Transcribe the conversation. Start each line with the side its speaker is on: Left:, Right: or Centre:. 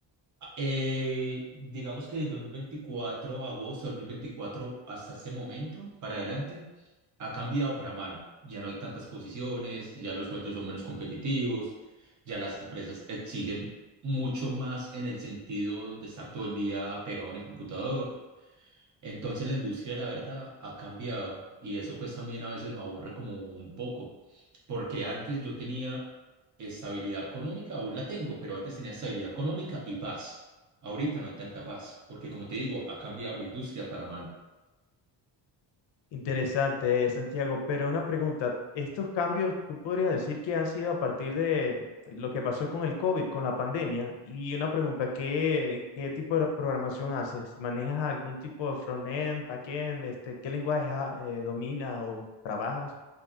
Right: Ah, eh, digamos que de 2024, agosto de 2024 hasta este momento, para adelante, ha cambiado para mal. Ya no hay tantas posiciones, ya los sueldos son menos competitivos, ya las empresas exigen mucho más en el sentido de estar todo el día pegado en el computador. Entonces la industria, de la verdad, ha cambiado y eso pues también a veces me aburre como un poco, porque antes yo tenía estabilidad económica, aún la tengo, pero antes tenía estabilidad económica y paz. Ahorita no hay tanta paz, porque como te digo, ha cambiado la industria para mal.
Left: Interesante, eh, Santiago, pero una pregunta, ¿estos cambios tú podrías decir que han sido a partir de lo que pasó con el COVID, con la pandemia? Y una pregunta, ¿qué, qué tipo de programación haces? ¿Manejas algún tipo de front-end, back-end? Este, ¿qué lenguaje ah, eh, dominas o trabajas?